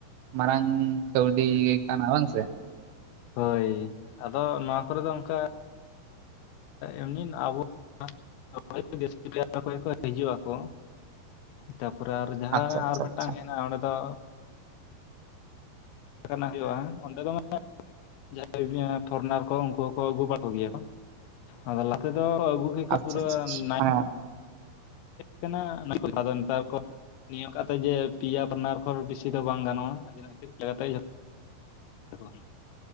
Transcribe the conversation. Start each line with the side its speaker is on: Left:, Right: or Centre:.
Right: ᱢᱟᱨᱟᱝ ᱠᱟᱹᱣᱰᱤ ᱜᱮ ᱠᱟᱱᱟ ᱵᱟᱝ ᱥᱮ
Left: ᱦᱳᱭ ᱟᱫᱚ ᱱᱚᱣᱟ ᱠᱚᱨᱮ ᱫᱚ ᱚᱝᱠᱟ ᱮᱢᱱᱤ ᱟᱵᱚ ᱱᱚᱣᱟ ᱰᱤᱥᱴᱤᱠ ᱠᱷᱚᱱ ᱜᱮ ᱠᱚ ᱦᱤᱡᱩᱜ-ᱟ ᱠᱚ ᱛᱟᱯᱚᱨᱮ ᱟᱨ ᱡᱟᱦᱟᱸ
Right: ᱟᱪᱪᱷᱟ ᱟᱪᱪᱷᱟ
Left: ᱟᱨ ᱢᱤᱫᱴᱟᱝ
Right: ᱟᱪᱪᱷᱟ
Left: ᱦᱮᱱᱟᱜᱼᱟ ᱚᱸᱰᱮ ᱫᱚ ᱮᱠᱷᱚᱱ ᱦᱚᱸ ᱦᱩᱭᱩᱜᱼᱟ ᱚᱸᱰᱮ ᱫᱚ ᱢᱟᱱᱮ ᱡᱟᱦᱟᱸᱭ ᱯᱷᱚᱨᱱᱟᱨ ᱠᱚ ᱩᱝᱠᱩ ᱦᱚᱸᱠᱚ ᱟᱹᱜᱩ ᱵᱟᱲᱟ ᱠᱚ ᱜᱮᱭᱟ ᱠᱚ ᱟᱫᱚ ᱞᱟᱦᱟ ᱛᱮ ᱫᱚ ᱟᱹᱜᱩ <unintelligible>
Right: ᱟᱪᱪᱷᱟ
Left: ᱯᱩᱨᱟᱹ
Right: ᱟᱪᱪᱷᱟ
Left: ᱱᱟ
Right: ᱢᱟᱱᱮ
Left: <unintelligible> ᱠᱟᱱᱟ <unintelligible> ᱫᱚ ᱱᱮᱛᱟᱨ <unintelligible> ᱠᱚ ᱱᱤᱭᱟᱹᱠᱟ ᱛᱮ ᱡᱮ ᱯᱮᱭᱟ ᱯᱟᱴᱱᱟᱨ ᱠᱷᱚᱱ ᱵᱤᱥᱤ ᱫᱚ ᱵᱟᱝ ᱜᱟᱱᱚᱜᱼᱟ <unintelligible> ᱛᱷᱩᱝ